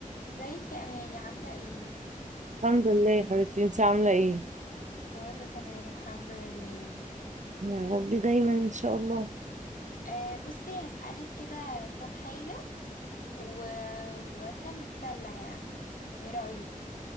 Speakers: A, on the left; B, on the right.
A: ازيك يا اماني عامله ايه
B: الحمد لله يا حبيبتي انتي عاملة ايه؟
A: كله تمام الحمد لله
B: يا رب دايما ان شاء الله
A: آه بصي هسألك كده كام حاجه و... وادينا بنتسلى يعني ايه رأيك